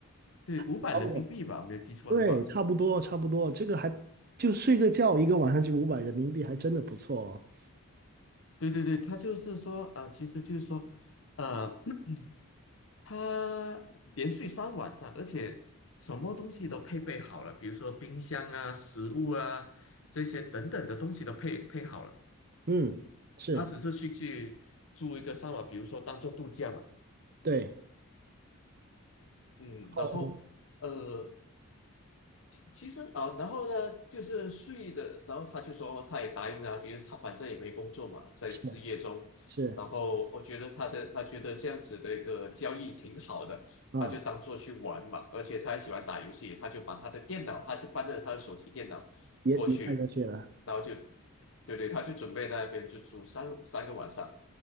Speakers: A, on the left; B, on the right.
A: 对五百人民币吧，
B: 挺高的。
A: 我没有记错的话。
B: 对，差不多，差不多。这个还就睡个觉，一个晚上就五百人民币，还真的不错哦。
A: 对对对，他就是说，呃，其实就是说，呃，<clears throat> 他连续三晚上，而且什么东西都配备好了，比如说冰箱啊、食物啊这些等等的东西都配配好了。
B: 嗯，是，
A: 他只是去去住一个三晚，比如说当做度假嘛。
B: 对，
A: 嗯，然后呃，
B: 哦，
A: 其实啊，然后呢，就是睡的，然后他就说哦他也答应了，因为他反正也没工作嘛，在失业中。
B: 是是
A: 然后我觉得他的他觉得这样子的一个交易挺好的，
B: 啊，
A: 他就当做去玩嘛，而且他还喜欢打游戏，他就把他的电脑，他就搬着他的手提电脑过去，
B: 也也太过去了。
A: 然后就，对对，他就准备在那边就住三三个晚上。